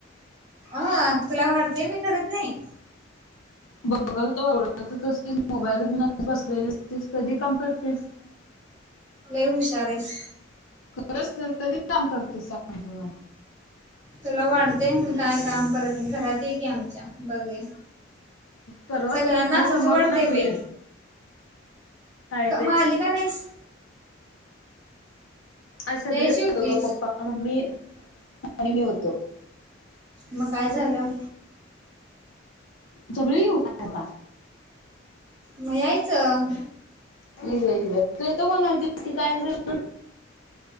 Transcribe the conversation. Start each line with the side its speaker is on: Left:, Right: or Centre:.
Right: अ तुला वाटतय मी करत नही.
Left: बघल तवा लोळतच असतीस, मोबाईल घेऊना बसलेली असतीस, कधी काम करतीस?
Right: लयी हुशार आहेस.
Left: खरंच तर कधी काम करती सांग मं मला.
Right: तुला वाटतेय मी काय काम करत नही, घरात ये की आमच्या बघ ये.
Left: परवा
Right: सगळ्यांना
Left: तिथनं
Right: असच
Left: समोरनच
Right: वाटतयं बई.
Left: गेल काय
Right: क
Left: ते
Right: म आली का नहीस?
Left: आज सगळी
Right: यायची
Left: होतो
Right: होतीस
Left: गं पप्पा, मम्मी आणि मी होतो.
Right: म काय झालं?
Left: सगळी येऊ काय आता?
Right: मग यायचं.
Left: येऊया येऊया तू येतो म्हणालतीस काय झालं?